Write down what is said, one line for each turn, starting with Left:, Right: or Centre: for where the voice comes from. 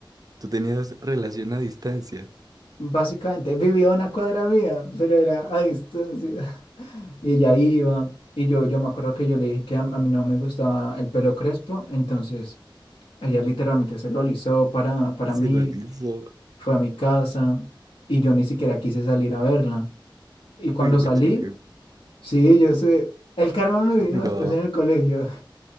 Right: tú tenías relación a distancia.
Left: Básicamente vivía a una cuadra mía, pero era a distancia. <laughs> Y ella iba, y yo, yo me acuerdo que yo le dije que a, a mí no me gustaba el pelo crespo, entonces ella literalmente se lo alisó para, para
Right: Se
Left: mí
Right: lo hizo.
Left: fue a mi casa y yo ni siquiera quise salir a verla. Y cuando
Right: Uy, mucho
Left: salí,
Right: hijo.
Left: sí, yo sé, el karma me vino
Right: Digo,
Left: después en el colegio.